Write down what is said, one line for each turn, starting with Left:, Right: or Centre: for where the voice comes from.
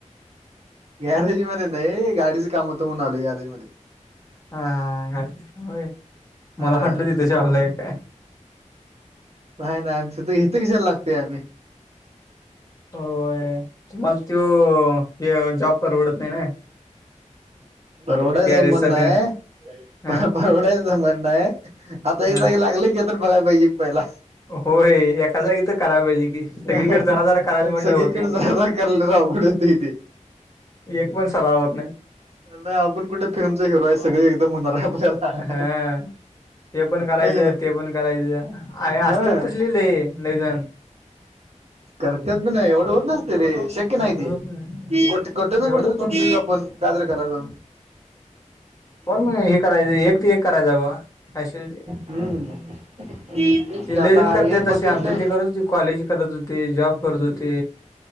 Right: गॅरेज मध्ये नाही. गाडीचं काम होतं म्हणून आलोय गॅरेज मध्ये.
Left: हा. <unintelligible>
Right: हा
Left: मला वाटलं तू जॉबला आहे काय?
Right: नाही नाही. आमच्या ते इथे कशाला लागतोय आम्ही?
Left: होय. तुम्हाला त्यो जॉब परवडत नाही ना?
Right: परवडायचं
Left: गॅरेजचा
Right: म्हणणय.
Left: तेन हा
Right: परवडायच म्हणणय. आता एक
Left: हा
Right: जागी लागलय ते तरि बघाय पाहिजे की पहिला?
Left: होय एका जागी तर करायला पाहिजे की सगळीकडे
Right: अ.
Left: जरा जरा करायचं म्हटल्यावर
Right: सगळीकडे
Left: होत नाही
Right: जा
Left: ते
Right: करायला जरा अवघडए. ते ते.
Left: एक पण सराव होत नाही.
Right: नाही. आपण कुठे फिल्मचा हिरो आहे. सगळे एकदम होणार आहे आपल्याला.
Left: हा हे पण करायचं.
Right: हाय की नाही
Left: ते पण करायचं. अरे
Right: हा
Left: असतात तसले ले लइजण.
Right: करत्यात पण, एवढं होत नसतय रे! शक- क्य नाही
Left: एवढं
Right: ते.
Left: होत नाही
Right: कुठ ना
Left: एवढं
Right: कुठतरी
Left: कोण
Right: चुकतो आपण. कायतरी कराय जाऊन.
Left: पण हे करायचं. एक ते एक करायचं बघा. काय शोधिते?
Right: हम्म तेच
Left: ते
Right: की
Left: नवीन
Right: आता
Left: करत्यात
Right: एक बघितलंय
Left: तसे आमच्या <unintelligible> कॉलेज करत होते. जॉब करत होते.